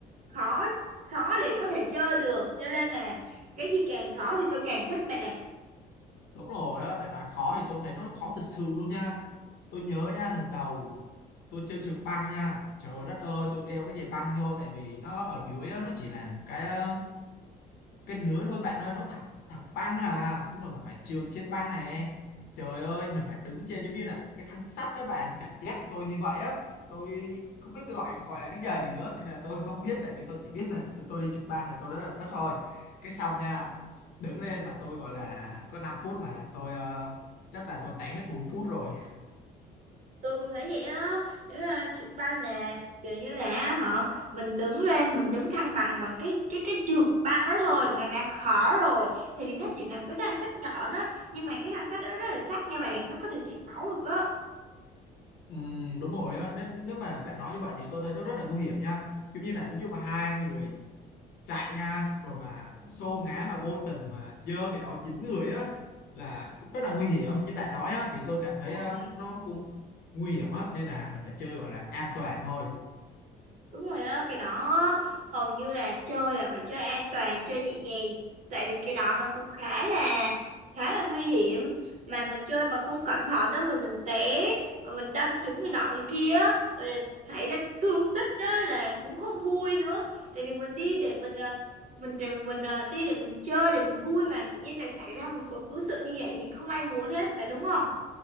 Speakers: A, on the right (about 45°); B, on the left (about 65°).
A: khó khó để có thể chơi được. Cho nên là cái gì càng khó thì tôi càng thích bạn ạ.
B: Đúng rồi á, bạn nói khó thì tôi thấy nó khó thật sự luôn nha. Tôi nhớ nha, lần đầu tôi chơi trượt băng nha, trời đất ơi, tôi đeo cái giày băng vô tại vì nó ở dưới á, nó chỉ là một cái ờ, cái nứa thôi bạn ơi nó thẳng thẳng băng à xong rồi mình phải trượt trên băng này trời ơi mình phải đứng trên giống như là một cái thang sắt đó bạn cảm giác tôi như vậy á tôi không biết cái gọi gọi là cái giờ gì nữa nên là tôi không biết tại vì tôi chỉ biết là tụi tôi đi trượt băng này tôi đã là thất thôi cái xong nha đứng lên mà tôi gọi là có 5 phút mà tôi ờ, chắc là tôi té hết 4 phút rồi
A: Tôi cũng thấy vậy á. Giống như là trượt băng là kiểu như là họ mình đứng lên, mình đứng thăng bằng bằng cái cái cái trượt băng đó thôi nó đã khó rồi. Thì vì nó chỉ là một cái thanh sắt nhỏ đó, nhưng mà cái thanh sắt đó rất là sắc nha bạn, nó có thể chảy máu được
B: ừ, đúng rồi á. nếu, nếu mà bạn nói như vậy thì tôi thấy nó rất là nguy hiểm nha giống như là thí dụ mà hai người chạy nha rồi mà xô ngã mà vô tình mà giơ cái đó dính người á là cũng rất là nguy hiểm như bạn nói á thì tôi cảm thấy
A: á.
B: ờ, nó cũng nguy hiểm á nên là mình phải chơi gọi là an toàn thôi
A: Đúng rồi á, cái đó hầu như là chơi là phải chơi an toàn, chơi nhẹ nhàng. Tại vì cái đó nó cũng khá là khá là nguy hiểm. Mà mình chơi mà không cẩn thận đó mà mình té, mà mình đâm trúng người nọ người kia, á, rồi là xảy ra thương tích đó là cũng không vui nữa. Tại vì mình đi để mình à, mình để mình à, đi để mình chơi để mình vui mà tự nhiên lại xảy ra một số cứ sự như vậy thì không ai muốn hết, phải đúng không?